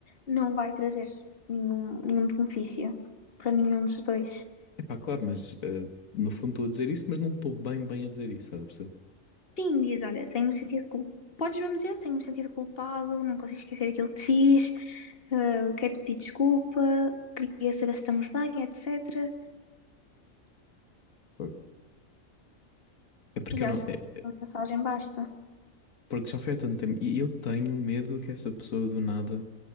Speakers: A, on the left; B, on the left.
A: não vai trazer nenhum, nenhum benefício para nenhum dos dois.
B: Epá, claro, mas eh, no fundo estou a dizer isso, mas não estou bem bem a dizer isso, estás a perceber?
A: Sim, diz: olha, tenho-me sentido culpado. Podes mesmo dizer: tenho-me sentido culpado, não consigo esquecer aquilo que te fiz, eh, quero-te pedir desculpa, queria saber se estamos bem, etc.
B: Por- É porque
A: E
B: eu
A: acho
B: não,
A: que
B: é
A: sim, uma mensagem basta.
B: porque já foi há tanto tempo e eu tenho medo que essa pessoa do nada,